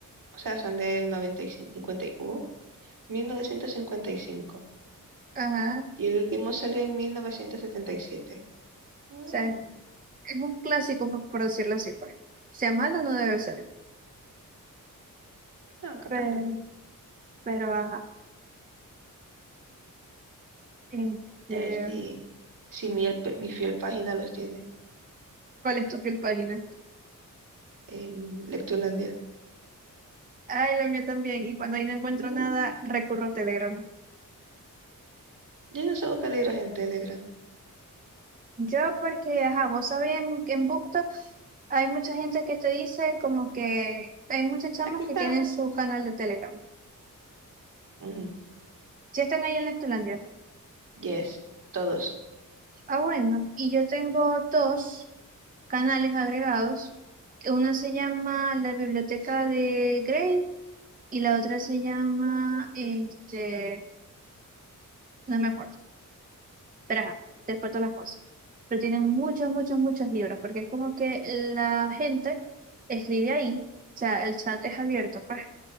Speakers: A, on the right; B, on the right.
A: O sea, son del 95, 50, y- uh, mil novecientos cincuenta Y y cinco
B: Ajá. O
A: Y el último salió en 1977. Mm,
B: sea, es un clásico, por por decirlo así, pues. Sea malo, no debe ser.
A: no, capaz
B: Pero,
A: no.
B: pero ajá. Este,
A: A ver si, si mi, el mi fiel página los tiene.
B: ¿cuál es tu piel página?
A: em, Lectulandia.
B: Ay, la mía también. Y cuando ahí no encuentro
A: Mm,
B: nada, recurro a Telegram.
A: yo no sé buscar libros en Telegram.
B: Yo porque, ajá, vos sabés, en, en BookTok hay mucha gente que te dice como que hay muchas chamas
A: Aquí están.
B: que tienen su canal de Telegram.
A: Ujú.
B: Si están ahí en Lectolandia.
A: Yes, todos.
B: Ah, bueno. Y yo tengo dos canales agregados. Una se llama La Biblioteca de Grey Y la otra se llama, este, no me acuerdo, pero ajá, después todas las cosas. Pero tienen muchos, muchos, muchos libros, porque es como que la gente escribe ahí, o sea, el chat es abierto, pues.